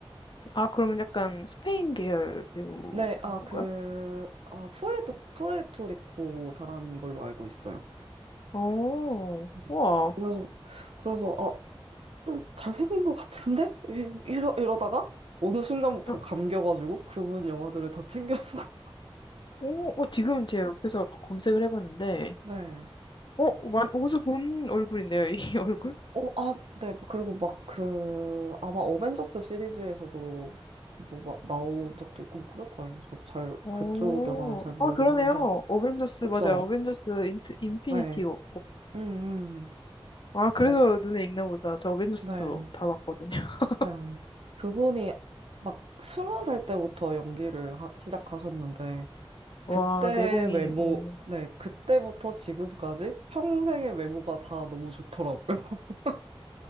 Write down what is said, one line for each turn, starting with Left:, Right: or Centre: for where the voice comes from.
Left: 아, 그러면 약간 스페인 계열 배우인
Right: 네, 아,
Left: 건가요?
Right: 그, 아, 푸에르토, 푸에르토리코 사람인 걸로 알고 있어요.
Left: 오!
Right: 음.
Left: 우와.
Right: 그래서, 그래서, 아, 좀 잘생긴 것 같은데? 이- 이러, 이러다가 어느 순간부터
Left: 아,
Right: 감겨가지고 그분 영화들을 다 챙겨보고.
Left: 오, 어, 지금 제 옆에서
Right: <laughs>
Left: 검색을 해봤는데,
Right: 네.
Left: 어, 마, 어디서 본 얼굴인데요, 이 <laughs> 얼굴?
Right: 음, 어, 아, 네. 그리고 막 그, 아마 어벤져스 시리즈에서도 뭐 막 나온 적도 있고 뭐 그럴 거예요. 저도 잘,
Left: 오,
Right: 그쪽 영화는 잘 모르긴
Left: 아, 그러네요.
Right: 한데.
Left: 어벤져스,
Right: 그쵸?
Left: 맞아요. 어벤져스 인트, 인피니티
Right: 네.
Left: 워.
Right: 음, 음.
Left: 아, 그래서
Right: 네. 그-
Left: 눈에 익나 보다. 저 어벤져스도
Right: 네.
Left: 다 봤거든요. <laughs>
Right: 네. 그분이 막 스무 살 때부터 연기를 하- 시작하셨는데,
Left: 와,
Right: 그때
Left: 내공이,
Right: 외모,
Left: 어.
Right: 네, 그때부터 지금까지 평생의 외모가 다 너무 좋더라고요. <laughs>